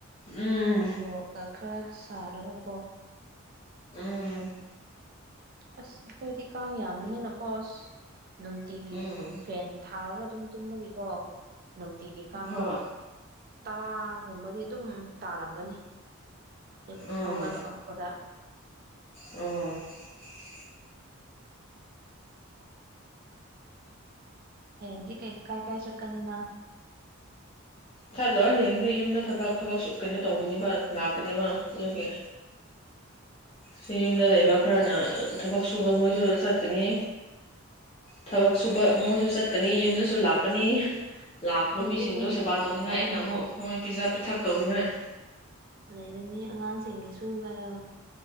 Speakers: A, on the left (about 25°); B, on the right (about 45°).
A: ꯎꯝ
B: ꯃꯣꯔꯣꯛꯀ ꯈꯔ ꯁꯥꯔꯒꯀꯣ꯫
A: ꯎꯝ꯫
B: ꯑꯁ ꯑꯩꯈꯣꯏꯗꯤ ꯀꯥꯡ ꯌꯥꯝꯕꯅꯤꯅꯀꯣ ꯑꯁ꯫ ꯅꯨꯡꯇꯤꯒꯤ
A: ꯎꯝ
B: ꯐꯦꯟ ꯊꯥꯔꯒ ꯑꯗꯨꯝ ꯇꯨꯝꯃꯒꯦꯀꯣ ꯅꯨꯡꯇꯤꯒꯤ ꯀꯥꯡꯗꯣ
A: ꯍꯣꯏ
B: ꯇꯔꯥꯒꯨꯝꯕꯗꯤ ꯑꯗꯨꯝ ꯇꯥꯔꯝꯒꯅꯤ <unintelligible>
A: ꯎꯝ
B: ꯍꯧꯒꯠꯂꯛ <unintelligible> ꯄꯗ
A: ꯎꯝ <inaudible>
B: ꯍꯗꯤ ꯀꯩ ꯀꯥꯏ ꯀꯥꯏ ꯆꯛꯀꯅꯤꯅꯥ
A: ꯆꯠꯂꯣꯏ ꯍꯌꯦꯡꯗꯤ ꯌꯨꯝꯗ ꯊꯕꯛ ꯊꯕꯛ ꯀꯩꯅꯣ ꯇꯧꯒꯅꯤꯕ ꯂꯥꯛꯀꯅꯦꯕ ꯌꯒ ꯁꯤ ꯌꯨꯝꯗ ꯂꯩꯕ ꯈꯔꯅ ꯊꯕꯛ ꯁꯨꯕ ꯃꯣꯏꯁꯨ ꯆꯠꯀꯅꯤ ꯊꯕꯛ ꯁꯨꯕ ꯃꯣꯏꯁꯨ ꯆꯠ‌‌ ꯀꯅꯤ ꯌꯨꯝꯗꯁꯨ ꯂꯥꯛꯀꯅꯤ ꯂꯥꯛꯄ
B: ꯑꯗꯨꯅꯤ
A: ꯃꯤꯁꯤꯡꯗꯣ ꯁꯦꯕꯥ ꯇꯧꯅꯤꯡꯉꯥꯏ ꯑꯩꯅ ꯑꯃꯨꯛ ꯍꯣꯏ ꯄꯤꯖꯥ ꯄꯤꯊꯛ ꯇꯧꯅꯤꯡꯉꯣꯏ
B: ꯂꯩꯔꯅꯤ ꯑꯉꯥꯡꯁꯤꯡꯒꯤꯁꯨ ꯍꯥꯏꯑꯣ